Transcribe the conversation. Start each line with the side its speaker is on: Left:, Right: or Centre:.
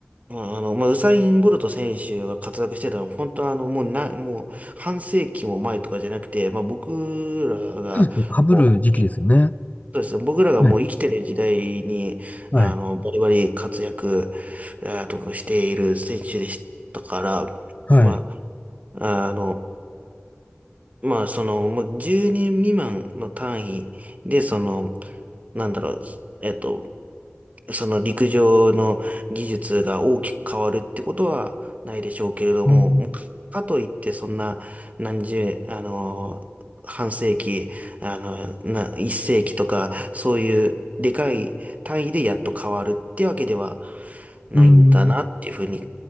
Right: あ、まあ、あの、まあ、ウサイン・ボルト選手が活躍してたのは、本当はあの、もうな、もう半世紀も前とかじゃなくて、まあ、僕らが、
Left: そうですね。被る時期ですよね。
Right: もう、い、そうですね、僕らがもう生きてる時代に、
Left: はいはい。
Right: あの、バリバリ活躍、えーと、している選手でしたから、
Left: はい。
Right: まあ、あの、まあ、その、もう10年未満の単位で、その、なんだろう、えっと、その陸上の技術が大きく変わるってことはないでしょうけれども、
Left: あー
Right: もうかといってそんな何十、あの、半世紀、あの、な、一世紀とか、そういうでかい単位でやっと変わるってわけではないんだなっていうふうに
Left: うーん。